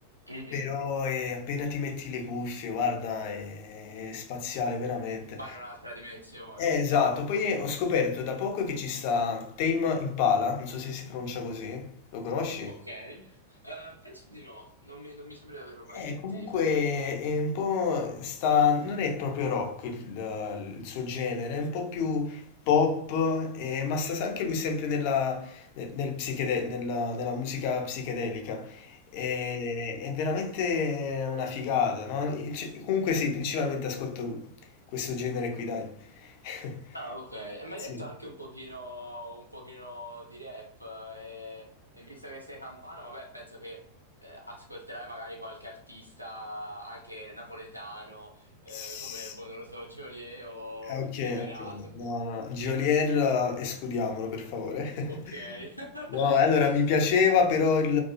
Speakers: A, on the right; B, on the left.
A: Mhm.
B: Però eh, appena ti metti le cuffie, guarda, è, è spaziale veramente.
A: Vai in un'altra dimensione.
B: Eh, esatto, poi ho scoperto da poco che ci sta Tame Impala, non so se si pronuncia così, lo conosci?
A: Ok. Eh, penso di no, non mi, non mi sembra di averlo mai
B: Eh,
A: sentito.
B: comunque è un po' sta, non è proprio rock il, il suo genere, è un po' più pop, eh, ma sta anche lui sempre nella, nel- nel psichede- nella- nella musica psichedelica. Eh, è veramente una figata, no? E c- comunque sì, principalmente ascolto questo genere qui, dai. <laughs>
A: Ah, ok. E mi hai detto
B: Sì,
A: anche un pochino, un pochino di rap eh, e, e visto che sei campano, vabbè, penso che eh, ascolterai magari qualche artista anche napoletano, eh,
B: sì.
A: come, boh, non lo so, Geolier o
B: Ah, okay,
A: Liberato.
B: okay. No, no, Geolier eh, escludiamolo per favore. <laughs>
A: Ok. <laughs>
B: No, allora mi piaceva però il